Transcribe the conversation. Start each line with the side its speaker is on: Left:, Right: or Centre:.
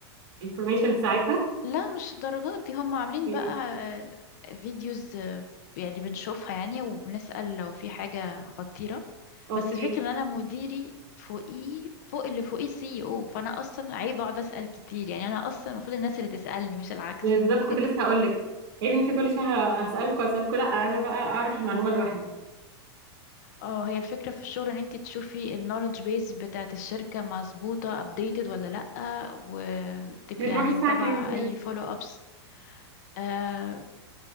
Right: الانفورميشن في ساعتها
Left: لا مش الدرجات دي هم عاملين
Right: اوكي
Left: بقى آه، فيديوز آه، يعني بنشوفها يعني وبنسأل لو في حاجة خطيرة
Right: اوكي
Left: بس الفكرة ان انا مديري فوقيه فوق اللي فوقيه سي او فانا اصلا عيب اقعد اسأل كتير يعني انا اصلا المفروض الناس اللي تسألني مش العكس
Right: بالظبط كنت
Left: <laughs>
Right: لسه هقول لك عيب انت كل شويه ه- هسالكوا هسالكوا لا انا بقى اعرف المعلومه لوحدي
Left: اه هي الفكرة في الشغل ان انت تشوفي النولج بيز بتاعت الشركة مظبوطة updated ولا لأ وتبقي
Right: انت بتروحي
Left: يعني
Right: الساعه
Left: متابعة
Right: كام طيب
Left: اي فولو ابس آه